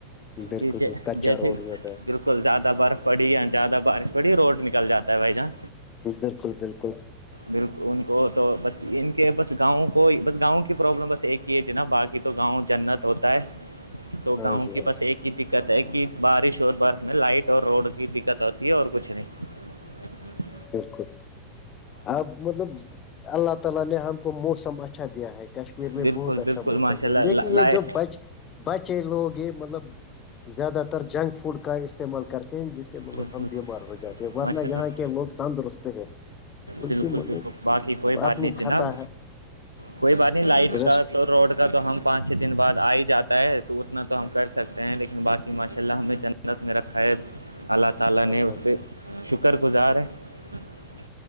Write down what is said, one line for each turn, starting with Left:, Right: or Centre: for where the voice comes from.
Left: بالکل
Right: کہ
Left: بالکل کچا
Right: جیسے
Left: روڈ ہی ہوتا ہے
Right: بالکل زیادہ برف پڑی ان جدہ بارش پڑی روڈ نکل جاتا ہے بھائی جان
Left: بالکل بالکل
Right: بال ان کو تو بس ان کے بس گاؤں کو ہی بس گاؤں کی پرابلم بس ایک نا باقی تو گاؤں جنت ہوتا ہے تو
Left: ہاں
Right: گاؤں
Left: جی
Right: کے
Left: ہاں جی
Right: بس ایک ہی کی دقت ہے کہ بارش اور برف میں لائٹ اور روڈ کی دقت ہوتی ہے اور کچھ نہیں ا <unintelligible>
Left: بالکل آپ مطلب اللہ تعالی نے ہم کو موسم اچھا دیا ہے کشمیر میں
Right: بالکل
Left: بہت اچھا
Right: بالکل
Left: موسم
Right: ماشاء
Left: ہے
Right: اللہ
Left: لیکن
Right: لائٹ
Left: یہ جو بچ بچے لوگ یہ مطلب زیادہ تر جنک فوڈ کا استعمال کرتے ہیں مطلب
Right: بالکل
Left: ہم بیمار ہو جاتے ہیں ورنہ
Right: ماشاء اللہ
Left: یہاں کے لوگ تندرست ہے بکہ
Right: بالکل
Left: مطلب
Right: بالکل باقی کوئی بات
Left: اپنی
Right: نہیں جناب
Left: خطہ ہے
Right: کوئی بات نہیں لائٹ کا
Left: رسٹ
Right: تو روڈ کا تو ہم پانچ چھ دن بعد آ ہی جاتا ہے تو اتنا تو ہم کر سکتے ہیں لیکن باقی ماشاء اللہ ہمیں جنم گھر میں رکھا ہے اللہ تعالی نے
Left: اللہ
Right: اس پہ شکر گزار جی